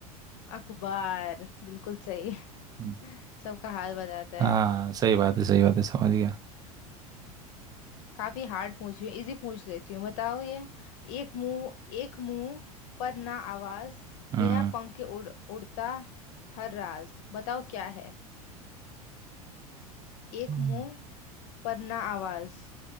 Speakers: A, on the left (about 60°); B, on the right (about 20°).
A: अखबार बिल्कुल सही
B: हम्म,
A: <laughs> सबका हाल बताता
B: हाँ
A: है
B: सही बात है सही बात है समझ गया
A: काफी हार्ड पूछ रही हूँ इजी पूछ लेती हूँ बताओ ये एक मुंह एक मुंह पर ना आवाज
B: हम्म
A: बिना पंख के उड़ उड़ता हर राज बताओ क्या है एक
B: हम्म,
A: मुंह पर ना आवाज